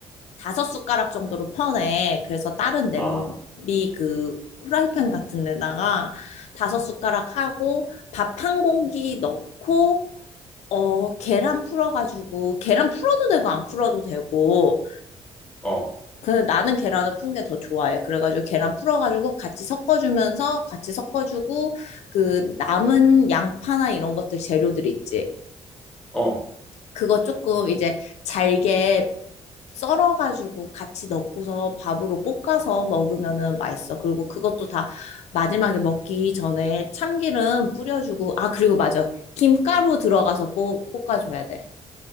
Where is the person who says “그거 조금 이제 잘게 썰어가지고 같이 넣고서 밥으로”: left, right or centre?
Left